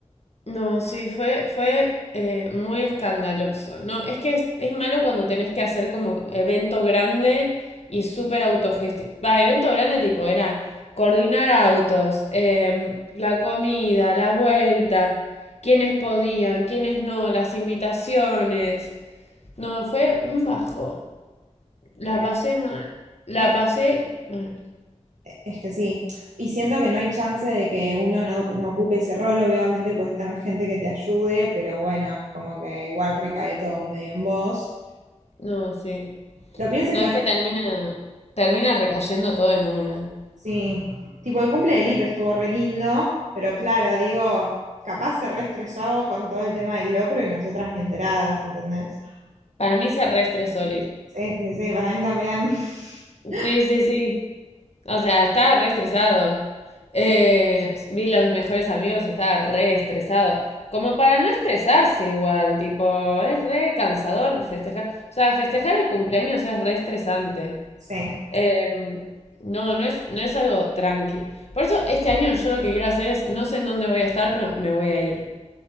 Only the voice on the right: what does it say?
re-
Es,
es que sí, y siento que no hay chance de que uno no, no ocupe ese rol, obviamente puedes tener gente que te ayude, pero bueno, es como que igual recae todo medio en vos.
Lo pienso
y
Sí, tipo el cumple de Lip estuvo re lindo, pero claro, digo, capaz se re estresó con todo el tema del locro y nosotras ni enteradas, ¿entendés?
Sí, sí, sí, para mí también. <laughs>
Sí.
Sí.